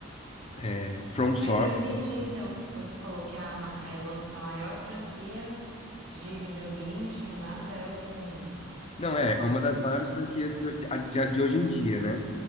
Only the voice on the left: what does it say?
é, From Software.
Não, é, é uma das maiores franquias de, ho- de, de- de hoje em dia, né?